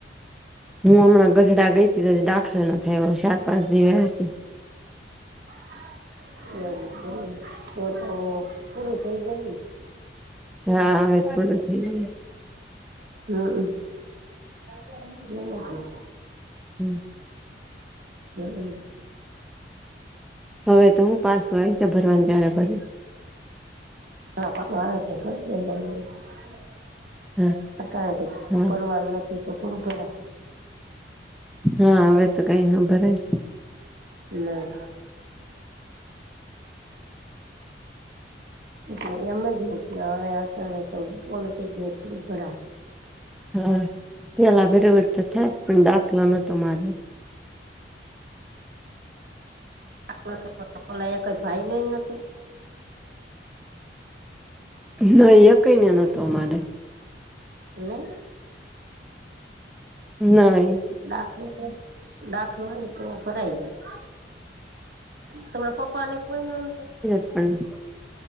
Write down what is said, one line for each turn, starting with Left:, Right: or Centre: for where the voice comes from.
Centre: હું હમણાં ગઢડા ગઈ તો દાખલો ના થાય સાત પાંચ દિવસે.
Right: <unintelligible>
Centre: હા, હવે જ પૂરું થઈ જાય.
Right: હમ <unintelligible>
Centre: હમ.
Right: હમમ.
Centre: હવે તો હું પાસું આવી છે ભરવાની ત્યારે ભરી.
Right: હા, <unintelligible>
Centre: હા
Right: હટા તો
Centre: હા
Right: પરવાનું નથી તો થોડું ભરાહે.
Centre: હા, હવે તો કઈ ન ભરાય.
Right: ના. એટલે એમ જ ને કે હવે તો મોડુ થઈ ગયુ હતુ ભરા
Centre: હા, પેલા <unintelligible> તો થાય પણ દાખલો નતો મારે.
Right: <unintelligible>
Centre: ન અં કઈને નતતો અમારે.
Right: ને.
Centre: નય.
Right: દાખલો દાખલો હોય તો ભરાય જાય. તમારા પપ્પા ને કોઈ ન નતું?
Centre: હમ.